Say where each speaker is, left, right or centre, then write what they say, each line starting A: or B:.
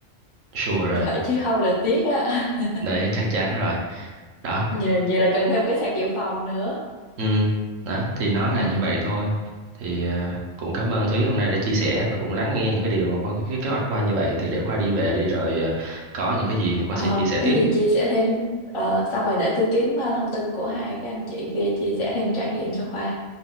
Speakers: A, on the right; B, on the left.
A: sure rồi,
B: Dạ, chứ không là tiếc á <laughs>
A: đấy chắc chắn rồi. Đó,
B: vậy, vậy là cần thêm một cái sạc dự phòng nữa
A: ừ, đó thì nó là
B: ừ.
A: như vậy thôi. Thì à, cũng cảm ơn Thúy hôm nay đã chia sẻ và cũng lắng nghe những cái điều mà Khoa cái, cái kế hoạch của Khoa như vậy thì để Khoa đi về đi rồi à, có những cái gì thì Khoa
B: ờ,
A: sẽ chia sẻ
B: có
A: tiếp.
B: gì chia sẻ thêm với- ờ, xong rồi để tôi kiếm ờ, thông tin của hai cái anh chị kia chia sẻ thêm trải nghiệm cho Khoa